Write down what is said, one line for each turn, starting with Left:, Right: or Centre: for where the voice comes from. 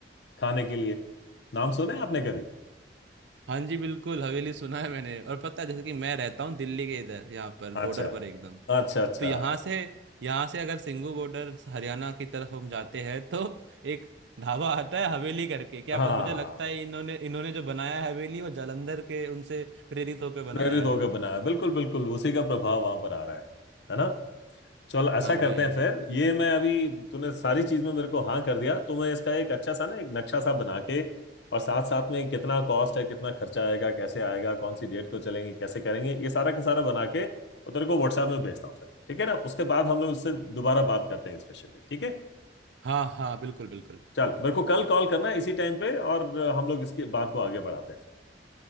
Left: खाने के लिए नाम सुने आपने कभी
Right: हाँ जी बिल्कुल हवेली सुना है मैंने और पता है जैसे कि मैं रहता हूँ दिल्ली के इधर यहाँ पर
Left: अच्छा
Right: बॉर्डर पर एकदम
Left: अच्छा अच्छा
Right: तो यहाँ से यहाँ से अगर सिंगू बॉर्डर हरियाणा की तरफ हम जाते हैं तो एक ढाबा आता है हवेली करके क्या
Left: हाँ
Right: पता- मुझे लगता है इन्होंने इन्होंने जो बनाया है हवेली वो जालंधर के उनसे प्रेरित होकर बनाया
Left: प्रेरित होकर
Right: है
Left: बनाया बिल्कुल बिल्कुल उसी का प्रभाव वहां पर आ रहा है है ना चल ऐसा
Right: हाँ
Left: करते
Right: जी हाँ
Left: हैं
Right: जी
Left: फिर ये मैं अभी तूने सारी चीज में मेरे को हाँ कर दिया तो मैं इसका एक अच्छा सा ना एक नक्शा सा बना के और साथ साथ में कितना कॉस्ट है कितना खर्चा आएगा कैसे आएगा कौन सी डेट को चलेंगे कैसे करेंगे ये सारा का सारा बना के और तेरे को व्हाट्सएप में भेजता हूँ फिर ठीक है ना उसके बाद हम लोग उससे दोबारा बात करते हैं इस विषय पे ठीक है
Right: हाँ हाँ बिल्कुल बिल्कुल
Left: चल मेरे को कल कॉल करना है इसी टाइम पे और हम लोग इसकी बात को आगे बढ़ाते हैं फिर